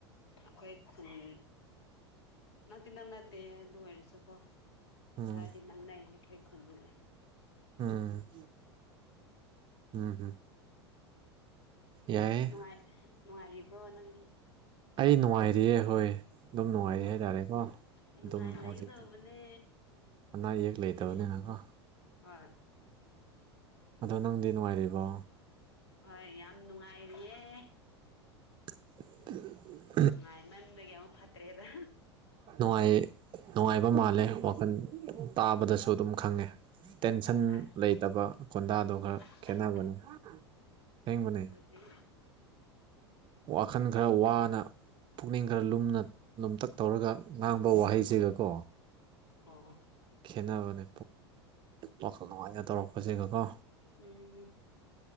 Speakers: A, on the left; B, on the right.
A: ꯑꯈꯣꯏ ꯈꯨꯟ ꯅꯛꯇꯤ ꯅꯛꯅꯠꯇꯦ ꯑꯗꯨ ꯑꯣꯏꯔꯁꯨꯀꯣ
B: ꯎꯝ
A: ꯈꯔꯗꯤ ꯅꯛꯅꯩ ꯑꯩꯈꯣꯏ ꯈꯨꯟꯒ꯫
B: ꯎꯝ꯫ ꯎꯝ ꯌꯥꯏꯌꯦ
A: <unintelligible> ꯅꯨꯡꯉꯥꯏ꯫ ꯅꯨꯡꯉꯥꯏꯔꯤꯕ꯭ꯔꯣ ꯅꯪꯗꯤ꯫
B: ꯑꯩ ꯅꯨꯡꯉꯥꯏꯔꯤꯑꯦ ꯍꯣꯏ꯫ ꯑꯗꯨꯝ ꯅꯨꯡꯉꯥꯏꯔꯤ
A: ꯑꯣ
B: ꯍꯥꯏꯇꯥꯔꯦꯀꯣ
A: ꯅꯨꯡꯉꯥꯏ
B: ꯑꯗꯨꯝ
A: ꯂꯩꯒꯗꯧꯕꯅꯦ
B: ꯍꯧꯖꯤꯛꯇꯤ꯫ ꯑꯅꯥ ꯑꯌꯦꯛ
A: ꯃꯤꯗꯤ
B: ꯂꯩꯇꯕꯅꯤꯅꯀꯣ꯫
A: ꯍꯣꯏ
B: ꯑꯗꯣ ꯅꯪꯗꯤ ꯅꯨꯡꯉꯥꯏꯔꯤꯕꯣ꯫
A: ꯍꯣꯏ ꯌꯥꯝ ꯅꯨꯡꯉꯥꯏꯔꯤꯌꯦ꯫
B: <unintelligible>
A: ꯅꯨꯡꯉꯥꯏꯃꯟꯕꯒꯤ ꯑꯃꯨꯛ ꯐꯠꯇ꯭ꯔꯦꯗ꯫
B: ꯅꯨꯡꯉꯥꯏ ꯅꯨꯡꯉꯥꯏꯕ ꯃꯥꯜꯂꯦ ꯋꯥꯈꯜ ꯇꯥꯕꯗꯁꯨ ꯑꯗꯨꯝ ꯈꯪꯉꯦ꯫ ꯇꯦꯟꯁꯟ
A: ꯑꯁ
B: ꯂꯩꯇꯕ ꯈꯣꯟꯗꯥꯗꯣ ꯈꯔ
A: ꯑꯁ
B: ꯈꯦꯠꯅꯕꯅꯦ
A: ꯑꯁ
B: ꯑꯁꯦꯡꯕꯅꯦ꯫
A: ꯑꯗꯨ
B: ꯋꯥꯈꯜ ꯈꯔ ꯋꯥꯅ ꯄꯨꯛꯅꯤꯡ ꯈꯔ ꯂꯨꯝꯅ ꯂꯨꯝꯇꯛ ꯇꯧꯔꯒ ꯉꯥꯡꯕ ꯋꯥꯍꯩꯁꯤꯒꯀꯣ
A: ꯑꯣ ꯍꯣ
B: ꯈꯦꯅꯕꯅꯦ ꯋꯥꯈꯜ ꯅꯨꯡꯉꯥꯏꯅ ꯇꯧꯔꯛꯄꯁꯤꯒꯀꯣ
A: ꯎꯝ